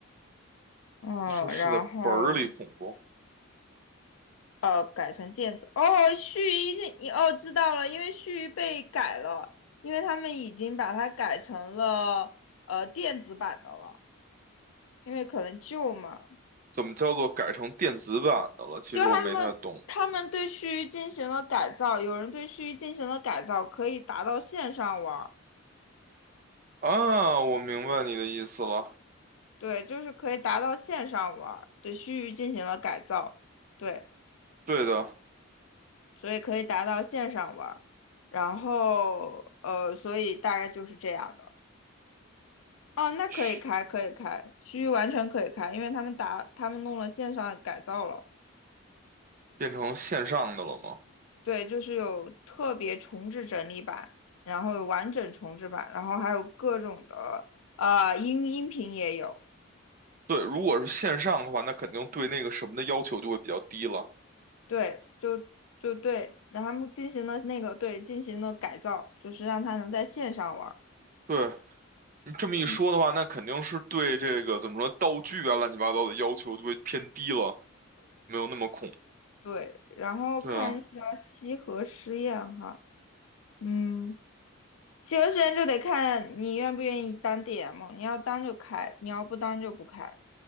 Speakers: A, on the left; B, on the right.
A: 嗯，
B: 你说是在本儿里恐怖，
A: 然后呃，改成电子。哦，须臾那你哦知道了，因为须臾被改了，因为他们已经把它改成了呃电子版的了，因为可能旧嘛，
B: 怎么叫做改成电子版的了？其实我没太懂
A: 就他们他们对须臾进行了改造，有人对须臾进行了改造，可以达到线上玩儿。
B: 啊。我明白你的意思了。
A: 对，就是可以达到线上玩儿，对区域进行了改造，对，
B: 对的，
A: 所以可以达到线上玩儿，然后呃，所以大概就是这样的。哦，那可以开，
B: 嘘
A: 可以开，区域完全可以开，因为他们打，他们弄了线上改造了，
B: 变成线上的了吗？
A: 对，就是有特别重置整理版，然后有完整重置版，然后还有各种的，呃，音音频也有，
B: 对，如果是线上的话，那肯定对那个什么的要求就会比较低了。
A: 对，就就对，然后他们进行了那个对进行了改造，就是让他能在线上玩儿
B: 对，你这么一说的话，
A: 嗯，
B: 那肯定是对这个怎么说道具啊、乱七八糟的要求就会偏低了，没有那么恐。
A: 对，然后看一下西河实验哈，
B: 对啊，
A: 嗯，西河实验就得看你愿不愿意当 DM，你要当就开，你要不当就不开。